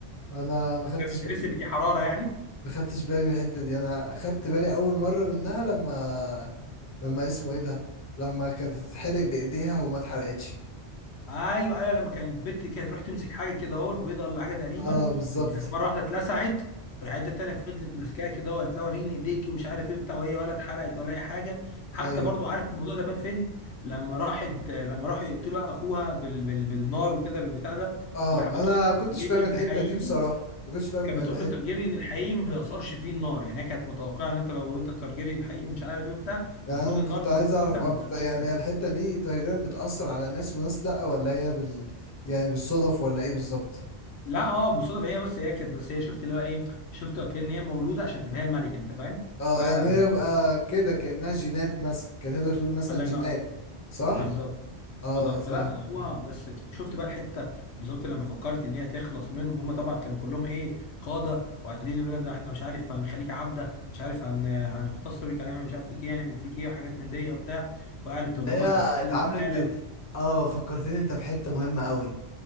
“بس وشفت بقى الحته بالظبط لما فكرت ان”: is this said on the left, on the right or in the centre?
Left